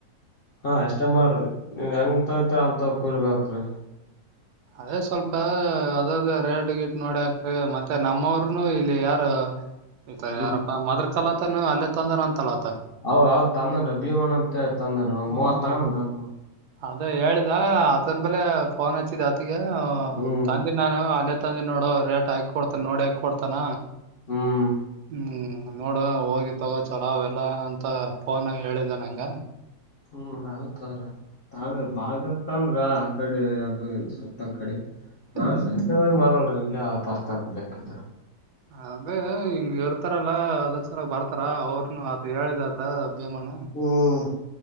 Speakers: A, on the left; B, on the right.
A: ಹಾ ಅಷ್ಟೇ ಮಾಡ್ರಿ ನೀವ್ ಹೆಂಗ ತಗತ್ ಅವ್ ತಗ ಕುರ್ಬೇಕ್ರೀ
B: ಅದೇ ಸ್ವಲ್ಪ ಅದದ್ದ ರೇಟ್ ಗಿಟ್ ನೋಡಿಕ್ರಿ ಮತ್ತೆ ನಮ್ಮವ್ರನು ಇಲ್ಲಿ ಯಾರ ಆಯ್
A: ಹ್ಮ್
B: ಯಾರಪ್ಪಾ ಮದ್ರ ಕಾಲತನು ಅಲ್ಲೇ ತೊಂದ್ರ ಅಂತಲ್ಲತ
A: ಹ ಹದ ತಂದನ್ ಭೀಮಣ ಅಂತ ತಂದ್ರ ಒಂದ್
B: ಹ್ಮ್
A: ಮೂವತ್ ತಗೊಂಡ ಆ
B: ಅದೇ ಹೇಳಿದ ಆತನ್ ಬಲೆ ಫೋನ್ ಹಚ್ಚಿದ ಆತಿಗೆ
A: ಹ್ಮ್
B: ತಂದೆ ನಾನು ಅಲ್ಲಿ ಇಂದನ್ ನೋಡು ರೇಟ್ ಹಾಕ ಕೊಡ್ತ ನೋಡಿ ಹಾಕ ಕೊಡ್ತಾನ
A: ಹ್ಮ್
B: ಹ್ಮ್ ನೋಡ ಹೋಗಿ ತಗೋ ಚಲಾವ್ ಎಲ್ಲ ಅಂತ ಫೋನ್ ಹೇಳಿದ್ದ ನಂಗ
A: ಹ್ಮ್ ಹೌತ್ರ ತಳ ಬಾಳತ ಅಂದ್ರ ಆ ಕಡೆ ಅದು ಇ ಸುತ್ತ ಅ ಕಡೆ
B: ಹ್ಮ್
A: ನಾ ಸಂಜೆಗಳಿ ಮರಳಿ ಇಲ್ಲೇ ಬರ್ತಾರ ಬೇಕಿದ್ರ
B: ಅದೆ ಹಿಂಗ ಇರ್ತಾರಲ್ಲಾ ಅದ್ರ ಸಲ ಬರ್ತ ಅಪ್ರಾ <unintelligible> ಅವ್ರನು ಆತ ಹೇಳಿದ ಆತ ಭೇಮಣ
A: ಹ್ಮ್